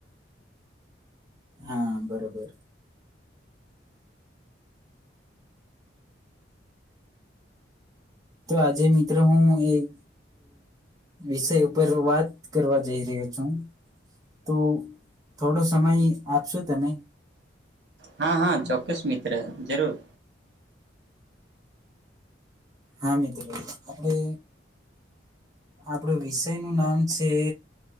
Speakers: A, on the right; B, on the right.
A: હા બરોબર. તો આજે મિત્રો હું એક વિષય ઉપર વાત કરવા જઈ રહ્યો છું તો થોડો સમય આપશો તમે.
B: હા હા ચોક્કસ મિત્ર જરૂર.
A: હા મિત્રો આપણે આપણ વિષય નું નામ છે